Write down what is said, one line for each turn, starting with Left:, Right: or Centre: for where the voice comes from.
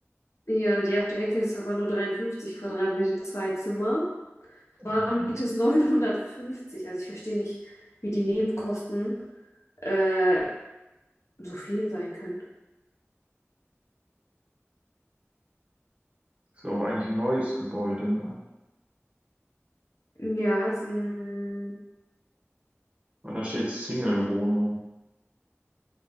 Left: Ja, die auf der Ecke ist aber nur 53 Quadratmeter, zwei Zimmer. Warmmiete
Right: Okay.
Left: ist 950. also ich verstehe nicht, wie die Nebenkosten äh, so viel sein können.
Right: Ist ja auch eigentlich ein neues Gebäude, ne?
Left: Ja, ist ein,
Right: Weil da steht Single-Wohnung.